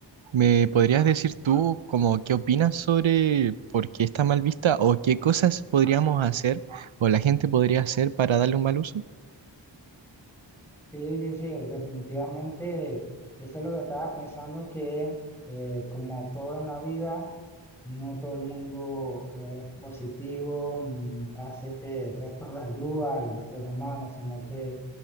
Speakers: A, on the right; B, in the centre.
A: ¿Me podrías decir tú como qué opinas sobre por qué está mal vista o qué cosas podríamos hacer o la gente podría hacer para darle un mal uso?
B: Sí, sí, sí, definitivamente eso es lo que estaba pensando, que eh, como todo en la vida, no todo el mundo es positivo ni hace este gesto de ayuda al ser humano, sino que